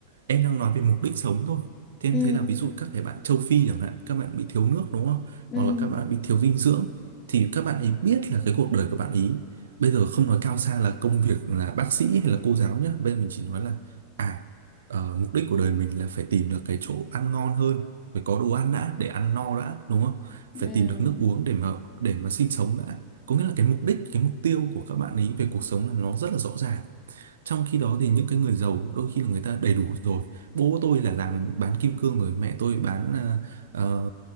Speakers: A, on the right; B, on the left.
A: em đang nói về mục đích sống thôi. Thế
B: Ừ.
A: em thấy là ví dụ các cái bạn châu Phi chẳng hạn, các bạn bị thiếu nước đúng không?
B: Ừ.
A: Hoặc là các bạn bị thiếu dinh dưỡng thì các bạn ấy biết là cái cuộc đời của bạn ấy bây giờ không nói cao xa là công việc là bác sĩ hay là cô giáo nhá, bây giờ mình chỉ nói là à ờ, mục đích của đời mình là phải tìm được cái chỗ ăn ngon hơn, phải có đồ ăn đã để ăn no đã đúng không?
B: Ừ.
A: Phải tìm được nước uống để mà để mà sinh sống đã. Có nghĩa là cái mục đích, cái mục tiêu của các bạn ấy về cuộc sống là nó rất là rõ ràng trong khi đó thì những cái người giàu đôi khi là người ta đầy đủ rồi. Bố tôi là làm bán kim cương rồi, mẹ tôi bán à, ờ,